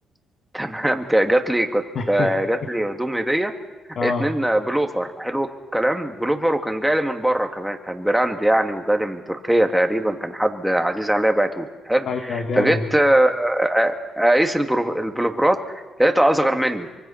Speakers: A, in the centre; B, on the left.
A: <laughs> تمام ك- جات لي كنت
B: <laughs>
A: آه، جات لي هدوم هديه
B: اه
A: اتنين آه، بلوفر حلو الكلام بلوفر وكان جالي من بره كمان كان براند يعني وجالي من تركيا تقريبا كان حد عزيز عليا بعته لي حلو
B: ايوه جامد
A: فجيت آه، آه، اقيس البرو- البلوفرات لقيتها اصغر مني